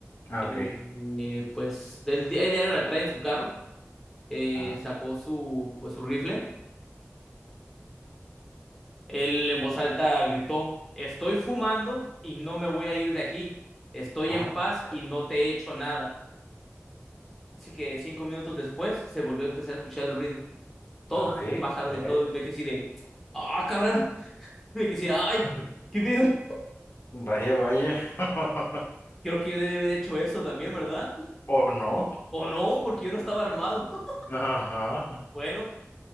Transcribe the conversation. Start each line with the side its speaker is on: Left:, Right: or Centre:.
Left: Ah,
Centre: Eh,
Left: ok.
Centre: eh, pues el, di- el diario la trae en su carro, eh,
Left: Ajá.
Centre: sacó su, pues, su rifle él en voz alta gritó, estoy fumando y no me voy a ir de aquí. Estoy
Left: Ah,
Centre: en paz
Left: ok.
Centre: y no te he hecho nada. Dice que cinco minutos después se volvió a empezar a escuchar el ruido. Todo,
Left: Ok.
Centre: pájaros
Left: Vaya.
Centre: y todo. Y ve que sí de, ah, cabrón. <laughs> Ve que sí, ay,
Left: <laughs>
Centre: qué pedo.
Left: Vaya, vaya. <laughs>
Centre: Creo que yo debí haber hecho eso también, ¿verdad?
Left: ¿O no?
Centre: O no, porque yo no estaba armado. <laughs>
Left: Ajá.
Centre: Bueno,